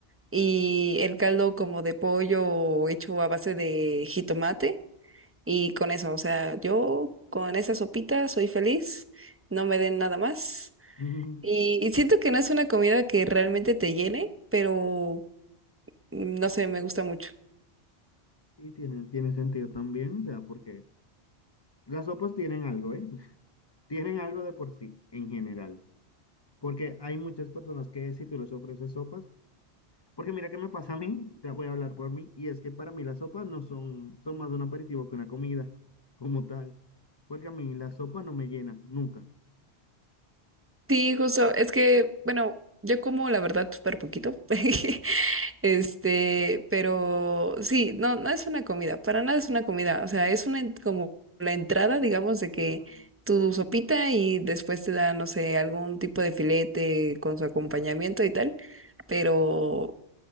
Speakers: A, on the right (about 15°); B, on the left (about 30°).
A: y el caldo como de pollo hecho a base de jitomate y con eso, o sea, yo con esa sopita soy feliz, no me den nada más.
B: Mm,
A: Y, y siento que no es una comida que realmente te llene, pero mm, no sé, me gusta mucho.
B: Sí, tiene, tiene sentido también, o sea, porque las sopas tienen algo, ¿eh? <laughs> Tienen algo de por sí, en general. Porque hay muchas personas que si tú les ofreces sopas, porque mira qué me pasa a mí, te voy a hablar por mí, y es que para mí las sopas no son, son más de un aperitivo que una comida, como tal. Porque a mí la sopa no me llena, nunca.
A: Sí, justo, es que, bueno, yo como la verdad súper poquito, <laughs> este, pero sí, no, no es una comida, para nada es una comida, o sea, es una en- como la entrada, digamos, de que
B: Entrada.
A: tu sopita y después te da, no sé, algún tipo de filete con su acompañamiento y tal, pero